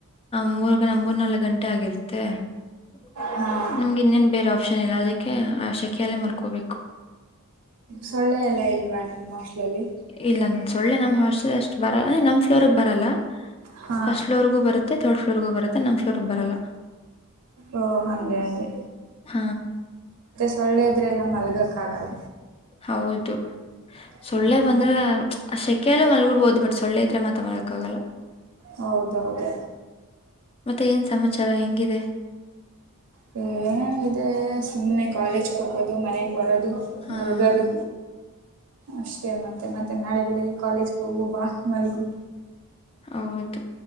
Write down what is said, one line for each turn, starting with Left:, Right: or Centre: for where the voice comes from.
Left: ಮೂರ್, ಮೂರ್ನಾಲ್ಕು ಗಂಟೆ ಆಗಿರುತ್ತೆ ಮತ್ತ
Right: ಹಾಂ
Left: ನಮಗೆ ಇನ್ನೇನ್ ಬೇರೆ ಆಪ್ಷನ್ ಇಲ್ಲ ಅದ ೆ ಆ ಶೆಕೆಯಲ್ಲೇ ಮಲ್ಕೋಬೇಕು
Right: ಸೊಳ್ಳೆ ಎಲ್ಲಾ ಇಲ್ವಾ ನಿಮ್ಮ ಹಾಸ್ಟ್ಲಲ್ಲಿ
Left: ಇಲ್ಲ ಸೊಳ್ಳೆ ನಮ ಹಾಸ್ಟೆಲ್ ಅಷ್ಟು ಬರ ನಮ್ ಫ್ಲೋರ್ ಬರಲ್ಲ
Right: ಹಾಂ
Left: ಫಸ್ಟ್ ಫ್ಲೋರ್ಗೂ ಬರುತ್ತೆ ಥರ್ಡ್ ಫ್ಲೋರ್ಗು ಬರುತ್ತೆ ನಮ ಫ್ಲೋರ್ ಬರಲ್ಲ
Right: ಓ ಹಾಗೆ ಹಾಗೆ
Left: ಹ
Right: ಸೊಳ್ಳೆದ್ರೆಲ್ಲ ಮಲ್ಗೋಕ್ಕಾಗಲ್ಲ
Left: ಹೌದು ಸೊಳ್ಳೆ
Right: ಹ್ಞೂ
Left: ಬಂದ್ರೆ ಕೆಲವು ಮಲ್ಗೂಡ್ಬೋದು ಬಟ್ ಸೊಳ್ಳೆ ಇದ್ರೆ ಮಾತಾೋಕ್ಕಾಗಲ್ಲ
Right: ಹೌದೌದು
Left: ಮತ್ತೆ ಏನ್ ಸಮಾಚಾರ ಹೆಂಗಿದೆ
Right: ಹ ಇೇ ಸುಮ್ಮ್ನೆ ಕಾಲೇಜ್ ಹೋಗೋದು ಮನೆಗ್ ಬ ದು
Left: ಹಾಂ
Right: ಮಳ್ಗದು ಅಷ್ಟೇ ಮತ್ತೆ ಮತ್ತೆ ನಾಳೆ ಬೆಳಿಗ್ಗೆ ಕಾಲೇಜ್ಗೆ ಹೋಗು ಬಾ ಮಲ್ಗು
Left: ಹೌದು